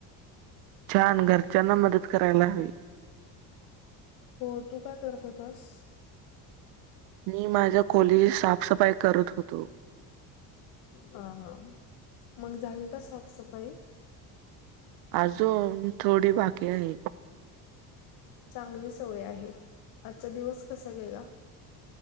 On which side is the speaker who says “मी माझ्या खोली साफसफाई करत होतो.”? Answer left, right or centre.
Right